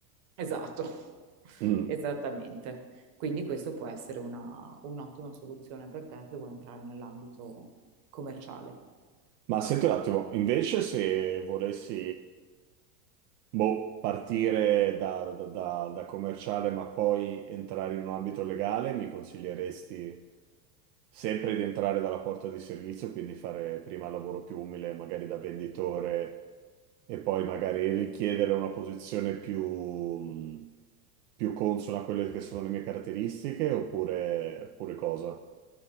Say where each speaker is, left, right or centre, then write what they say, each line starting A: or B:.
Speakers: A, on the right; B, on the right.
A: Esatto, <laughs>
B: Mm.
A: esattamente. Quindi questo può essere una, un'ottima soluzione per te se vuoi entrare nell'ambito commerciale.
B: Ma senti un attimo, invece se volessi boh, partire da, da- da- da commerciale ma poi entrare in un ambito legale, mi consiglieresti sempre di entrare dalla porta di servizio, quindi fare prima il lavoro più umile, magari da venditore, e poi magari richiedere una posizione più... mm, più consono a quelle che sono le mie caratteristiche oppure, oppure cosa?